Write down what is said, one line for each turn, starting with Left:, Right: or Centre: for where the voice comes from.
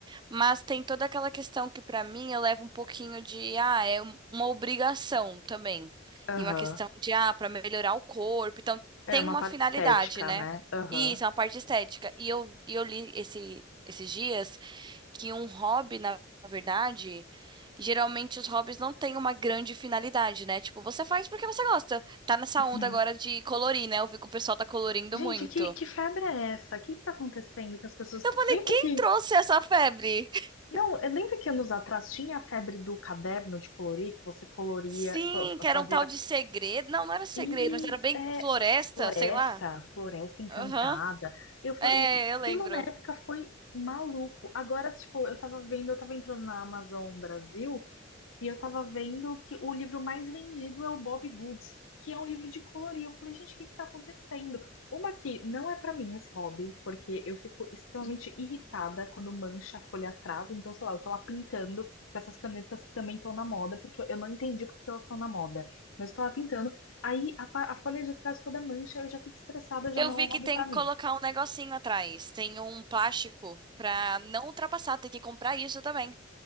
Right: Mas tem toda aquela questão que pra mim eu levo um pouquinho de, ah, é um- uma obrigação também.
Left: Aham.
Right: E uma questão de, ah, pra melhorar o corpo, então
Left: É
Right: tem
Left: uma
Right: uma
Left: parte
Right: finalidade,
Left: estética,
Right: né?
Left: né? Aham.
Right: Isso, é uma parte estética. E eu, e eu li esse, esses dias que um hobby, na verdade, geralmente os hobbies não têm uma grande finalidade, né? Tipo, você faz porque você gosta. Tá nessa onda
Left: Uhum.
Right: agora de colorir, né? Eu vi que o pessoal tá colorindo
Left: Gente,
Right: muito.
Left: que, que febre é essa? O que que tá acontecendo que as pessoas...
Right: Eu falei,
Left: Lembra
Right: quem
Left: que...
Right: trouxe essa febre? <laughs>
Left: Não, eu lembro que anos atrás tinha a febre do caderno de colorir, que você coloria,
Right: Sim,
Left: co-
Right: que era
Left: fazia...
Right: um tal de segredo. Não, não era segredo,
Left: Isso,
Right: mas era bem
Left: é,
Right: floresta,
Left: Floresta,
Right: sei lá.
Left: Floresta Encantada.
Right: Aham.
Left: Eu falei,
Right: É,
Left: e
Right: eu lembro.
Left: aquilo na época foi maluco. Agora, tipo, eu tava vendo, eu tava entrando na Amazon Brasil. E eu tava vendo que o livro mais vendido é o Bob Goods, que é um livro de colorir. Eu falei, gente, o que que tá acontecendo? Uma que não é pra mim esse hobby, porque eu fico extremamente irritada quando mancha a folha atrás. Então, sei lá, eu tô lá pintando com essas canetas que também estão na moda, porque eu não entendi porque elas estão na moda. Mas eu tô lá pintando. Aí a, pa- a folha de trás toda mancha, eu já fico estressada, já
Right: Eu
Left: não
Right: vi
Left: é um hobby
Right: que tem
Left: pra
Right: que
Left: mim.
Right: colocar um negocinho atrás. Tem um plástico pra não ultrapassar. Tem que comprar isso também.